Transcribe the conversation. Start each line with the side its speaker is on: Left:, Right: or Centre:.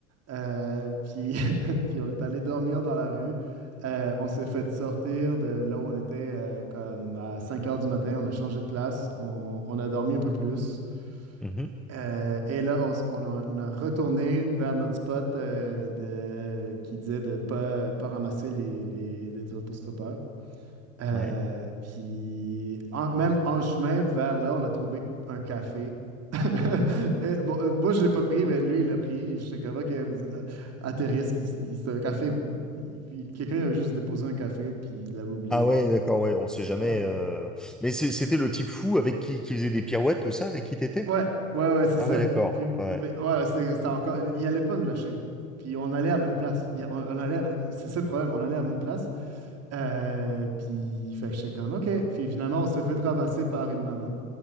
Right: euh, puis, <laughs> puis on est allé dormir dans la rue. Euh, on s'est fait sortir de là où on était euh, comme à 5 heures du matin. On a changé de place. On, on a dormi un peu plus.
Centre: mhm,
Right: Euh, et là, on, s- on a, on a retourné vers notre spot euh, de, qui disait de ne pas, pas ramasser les, les, les autostoppeurs. Euh,
Centre: ouais.
Right: puis, en- même en chemin vers là, on a trouvé un café. <laughs> Et bon, euh, moi, je l'ai pas pris, mais lui, il l'a pris. Je sais comment que, vous- euh, à tes risques, il- s- il- c'est un café. il- il- Quelqu'un avait juste déposé un café, puis il l'avait oublié.
Centre: Ah ouais, d'accord, ouais, on sait jamais,
Right: Euh,
Centre: euh, mais c'est- c'était le type fou avec qui, qui faisait des pirouettes, tout ça, avec qui t'étais?
Right: Ouais, ouais, ouais, c'est ça.
Centre: Ah ouais, d'accord.
Right: Puis, ben,
Centre: Ouais.
Right: Ouais, c'est c'est encore. Il allait pas me lâcher. Puis on allait à la même place. Il- on, on allait à- C'est ça le problème, on allait à la même place. Euh, puis fait que j'étais comme OK. Puis finalement, on s'est fait ramasser par une maman